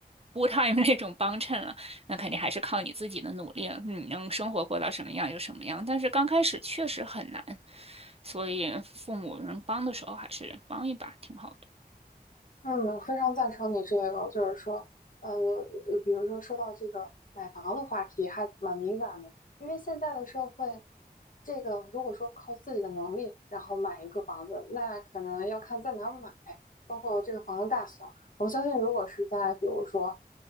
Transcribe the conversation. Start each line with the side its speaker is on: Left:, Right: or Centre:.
Right: f u time <laughs> 那种帮衬了，那肯定还是靠你自己的努力了，你能生活过到什么样就什么样。但是刚开始确实很难，所以父母能帮的时候还是帮一把挺好的。
Left: 嗯，我非常赞成你这个，就是说，呃，呃比如说说到这个买房的话题，还蛮敏感的，因为现在的社会，这个如果说靠自己的能力，然后买一个房子，那可能要看在哪儿买，包括这个房子大小。我相信，如果是在比如说